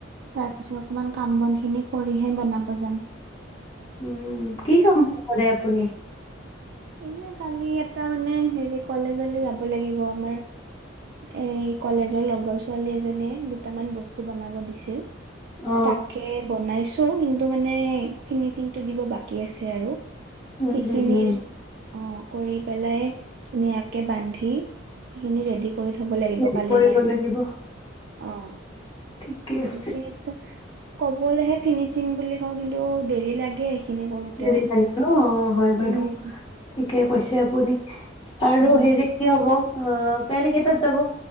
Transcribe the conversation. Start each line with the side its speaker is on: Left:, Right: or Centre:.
Right: তাৰপিছত অকমান কাম বন খিনি কৰিহে বনাব যাম।
Left: উম, কি <inaudible> আপুনি।
Right: এয়া কালি এটা মানে হেৰি কলেজলৈ যাব লাগিব আমাৰ, এই কলেজৰ লগৰ ছোৱালী এজনীয়ে দুটামান বস্তু বনাব দিছিল।
Left: অ
Right: তাকে বনাইছো। ত' কিন্তু মানে ফিনিচিং টো দিব বাকী আছে আৰু।
Left: উম',
Right: সেইখিনিৰ
Left: উম', উম'।
Right: অ' কৰি পেলাই ধুনীয়াকে বান ন্ধি সেইখিন ৰেডি থব লাগিব
Left: হেৰি
Right: কালিৰ
Left: কৰিব
Right: কাৰনে।
Left: লাগিব।
Right: অ',
Left: ঠিকে
Right: সেইখিনিত
Left: আছে।
Right: কবলে হে ফিনিছ দিম বুলি কওঁ কিন্তু দেৰি লাগে সেইখিনি কৰোতেও
Left: হেৰি লাগে ন অ', হয় বাৰু
Right: উম।
Left: ঠিকে কৈছে আপুনি। আৰু
Right: অহ
Left: হেৰি হ'ব। অ', কাইলৈ কেইটাত যাব?